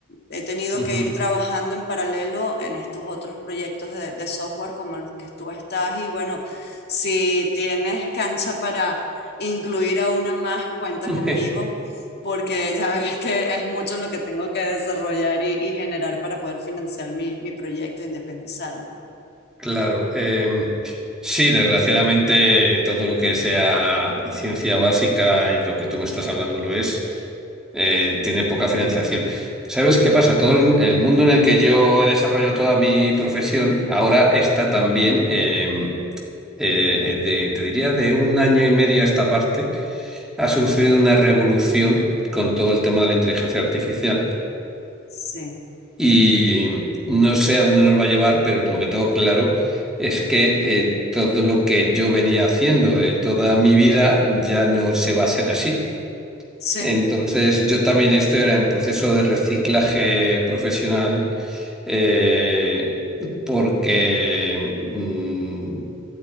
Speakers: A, on the left (about 50°); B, in the centre.
A: he tenido
B: Ujú.
A: que ir trabajando en paralelo en estos otros proyectos de, de software como en los que tú estás y bueno, si tienes cancha para incluir a una más, cuenta
B: <laughs>
A: conmigo porque ya ves que es mucho lo que tengo que desarrollar y, y generar para poder financiar mi, mi proyecto, independizarme.
B: Claro, em, sí, desgraciadamente todo lo que sea ciencia básica y lo que tú me estás hablando lo es, eh, tiene poca financiación. ¿Sabes qué pasa? Todo el, el mundo en el que yo he desarrollado toda mi profesión ahora está también, em, eh, de- te diría, de un año y medio a esta parte, ha sucedido una revolución con todo el tema de la inteligencia artificial.
A: Sí,
B: Y no sé a dónde nos va a llevar, pero lo que tengo claro es que eh, todo lo que yo venía haciendo de toda mi vida ya no se va a hacer así.
A: sí,
B: Entonces, yo también estoy ahora en proceso de reciclaje profesional eh, porque mm,